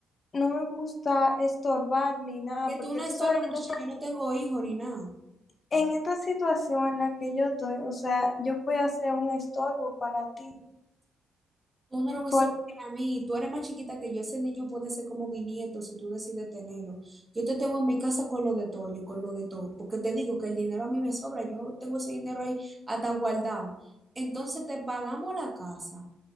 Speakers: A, on the left; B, on the right.
A: no me gusta estorbar ni nada,
B: que
A: porque
B: tú no
A: tú
B: es solo,
A: sabes
B: muchacha.
A: que
B: Yo no tengo hijos ni nada.
A: en esta situación en la que yo estoy, o sea, yo puedo hacer un estorbo para ti.
B: Tú no eres un eso
A: Por,
B: para mí, tú eres más chiquita que yo, ese niño puede ser como mi nieto si tú decides tenerlo. Yo te tengo en mi casa con lo de todo, yo con lo de todo, porque te digo que el dinero a mí me sobra, yo tengo ese dinero ahí hasta guardado. Entonces te pagamos la casa,